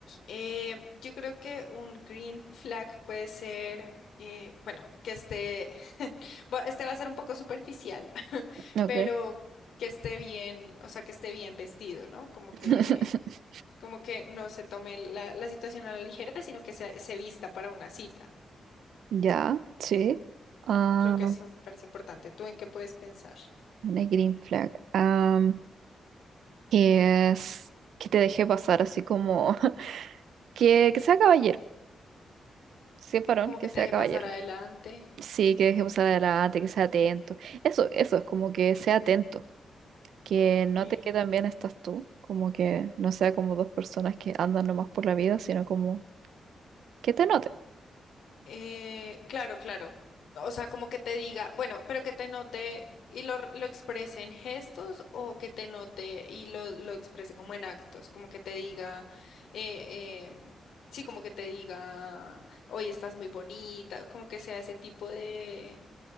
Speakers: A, on the left (about 85°); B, on the right (about 90°).
A: eh, yo creo que un green flag puede ser, eh, bueno, que esté, <laughs> bueno, este va a ser un poco superficial, <laughs>
B: Ok.
A: pero que esté bien, o sea, que esté bien vestido, ¿no? Como
B: <laughs>
A: que, como que no se tome la, la situación a la ligera, sino que se, se vista para una cita.
B: Ya, sí. Ah,
A: Creo que eso me parece importante. ¿Tú en qué puedes pensar?
B: una green flag. Am, que es que te deje pasar así como <laughs> que, que sea caballero. sí, es varón,
A: Como
B: que
A: que
B: sea
A: te deje
B: caballero.
A: pasar adelante.
B: Sí, que deje pasar adelante, que sea atento. Eso, eso es como que sea atento. que note
A: Eh,
B: que también estás tú, como que no sea como dos personas que andan nomás por la vida, sino como que te note.
A: eh, claro, claro. O sea, como que te diga, bueno, pero que te note y lo, lo exprese en gestos o que te note y lo, lo exprese como en actos, como que te diga, eh, eh, sí, como que te diga, hoy estás muy bonita, como que sea ese tipo de...